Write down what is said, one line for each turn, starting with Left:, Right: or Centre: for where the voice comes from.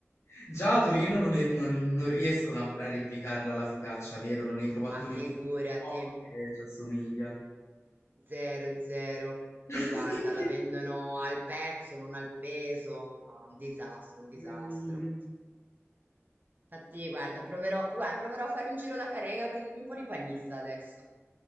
Left: Già a Torino non, è- non- non riescono a, a replicarla la focaccia, vero? Non hai trovato
Right: Ma
Left: nessuno
Right: figurati,
Left: che ci assomiglia.
Right: zero zero. Poi
Left: <laughs>
Right: guarda, la vendono al pezzo, non al peso. No, un disastro, un disastro.
Left: Mm.
Right: Infatti, guarda, proverò, guarda, proverò a fare un giro da Carrega a prendermi un po' di panissa adesso.